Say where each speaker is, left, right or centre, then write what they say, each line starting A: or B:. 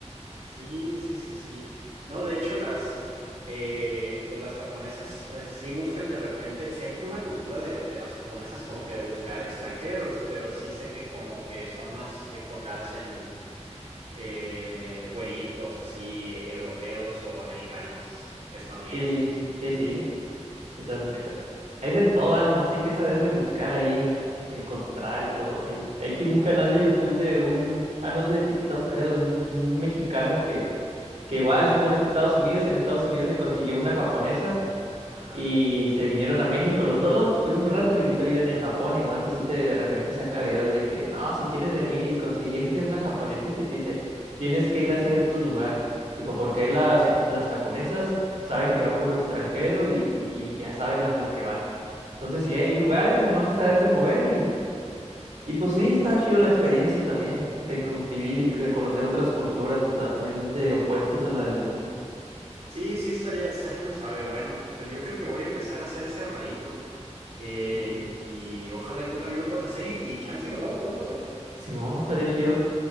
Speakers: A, on the right (about 65°); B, on the right (about 85°).
A: Sí, sí, sí, sí. No, de hecho, las, eh, pues las japonesas eh, sí buscan de repente, sí hay como una cultura de, de las japonesas como que de buscar extranjeros, pero sí sé que como que son más enfocadas en eh, güeritos así, eh, europeos o americanos, estadounidenses.
B: Sí, sí, sí. Quizás
A: Sí,
B: me- Hay de todo, ah, nomás hay que saberle buscar ahí, encontrar y todo. Y ahí sí un canal de YouTube de un, ah, no es de TikTok, creo, de un de un mexicano que que igual estuvo en Estados Unidos, en Estados Unidos se consiguió una japonesa
A: ajá.
B: Y se vinieron a México los dos, estuvieron un rato y ahorita viven en Japón y el vato sí te de repente saca videos de que, no, si quieres venir y conseguirte una japonesita y te dice, tienes que ir a ciertos lugares. Dijo, porque las, ex- las japonesas saben que va puro extranjero y, y- y ya saben a lo que van. Entonces, si hay lugares, nomás es saberse mover y, y pues sí, está chido la experiencia también de convivir y de conocer otras culturas totalmente opuestas a la de uno.
A: Sí, sí, estaría, estaría muy suave. Bueno, pues yo creo que voy a empezar a hacer ese ahorradito eh,
B: Sí,
A: y ojalá y tú también lo puedas hacer y, y chance y nos vamos juntos, ¿eh?
B: Simón, estaría chido.